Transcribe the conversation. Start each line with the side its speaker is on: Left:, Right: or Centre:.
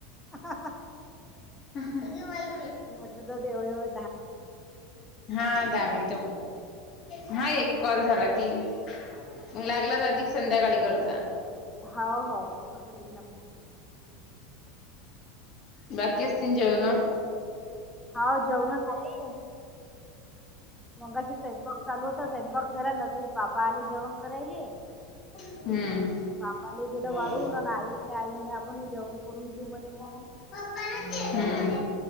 Centre: हाहाहा.
Left: ह मला माहिती
Centre: हो जाऊदे एवढ्या वेळ.
Left: हा दहा मिनिट, नई एक कॉल झाला की. मग लागलाच अधिक संध्याकाळीकडच.
Centre: होा हो तसं करन ना मग.
Left: बाकी असतील जेवणं.
Centre: हाव जेवण झाले. मगाशी स्वयंपाक चालू होता स्वयंपाक झाला लगेच बाबा आले जेवण करायले.
Left: हम्म.
Centre: पापाला गेलं
Left: हम्म.
Centre: वाढवून आणि आई आले आई म्हणे आपण जेवण करून घेऊ म्हणे मग
Left: हम्म